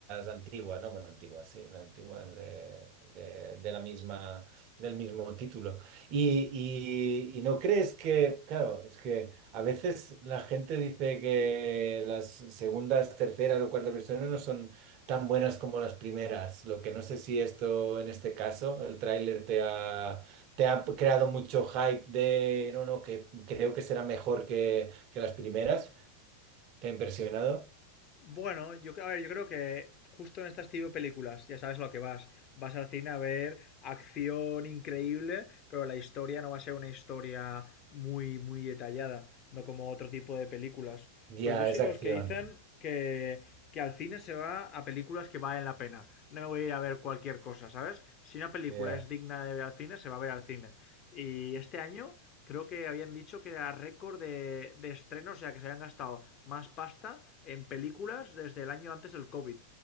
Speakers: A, on the right; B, on the left.
A: antigua, ¿no? Bueno, antigua, sí, la antigua de, de- de la misma, del mismo título. Y, y- y no crees que, claro, es que a veces la gente dice que las segundas, terceras o cuartas versiones no son tan buenas como las primeras, lo que no sé si esto, en este caso, el tráiler te ha, te ha creado mucho hype de, no, no, que creo que será mejor que, que las primeras, ¿te ha impresionado?
B: Bueno, yo, a ver, yo creo que justo en estas tipo de películas, ya sabes a lo que vas. Vas al cine a ver acción increíble, pero la historia no va a ser una historia muy, muy detallada, no como otro tipo de películas. Pero
A: Ya,
B: yo soy
A: es
B: de
A: acción.
B: los que dicen que, que al cine se va a películas que valen la pena. No me voy a ir a ver cualquier cosa, ¿sabes? Si una película
A: Ya,
B: es digna de ver al cine, se va a ver al cine. Y este año creo que habían dicho que era récord de, de estrenos, o sea, que se habían gastado más pasta en películas desde el año antes del COVID.